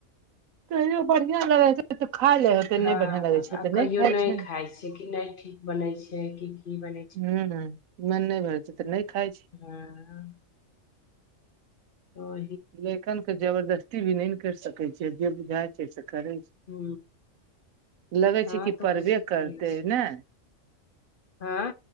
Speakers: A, on the right (about 85°); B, on the left (about 45°).
A: कहियो बढ़िआँ लगै छै तऽ खा ले
B: हँ
A: नहि बढ़िया लगे छै
B: आ
A: तऽ
B: कहियो
A: नहि खाय
B: नइ
A: छै
B: खाइ छियै कि नहि ठीक बनै छै कि की बनै छै
A: हं हं मन नहि भर छै त नय खाय छी
B: हं ओ
A: लेखनके जबरदस्ती भी नहि ने कइरसकै छियै जे बुझाइ छै से करै छै
B: ह
A: लगै
B: हँ
A: छै कि
B: तऽ
A: परबे
B: वैसे
A: करतै
B: करै छै
A: ने
B: हँ